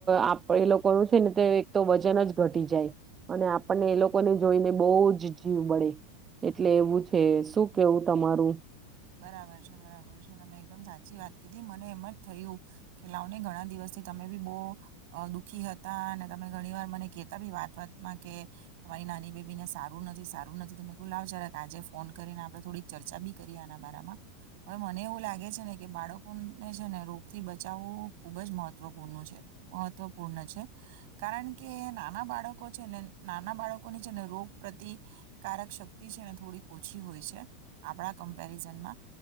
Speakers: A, on the right (about 25°); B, on the right (about 55°).
A: આપ એ લોકોનું છે ને તે એક તો વજન જ ઘટી જાય અને આપણને એ લોકોને જોઈને બો જ જીવ બળે એટલે એવું છે. શું કેવું તમારું?
B: બરાબર છે બરાબર છે તમે એકદમ સાચી વાત કીધી મને એમ જ થયું કે લાવ ને ઘણા દિવસથી તમે બી બો દુઃખી હતા અને તમે ઘણી વાર મને કેતા બી વાત વાતમાં કે તમારી નાની બેબી ને સારું નથી સારું નથી તમે કું લાવ જરાક આજે ફોન કરીને આપડે થોડીક ચર્ચા બી કરી ના બારામાં હવે મને એવું લાગે છે ને કે બાળકોને છે ને રોગથી બચાવવું ખૂબ જ મહત્વપૂર્ણ છે મહત્વપૂર્ણ છે કારણ કે નાના બાળકો છેને નાના બાળકોની છે ને રોગ પ્રતિકારક શક્તિ છેને થોડીક ઓછી હોય છે. આપણા કમપ કમપેરીસન માં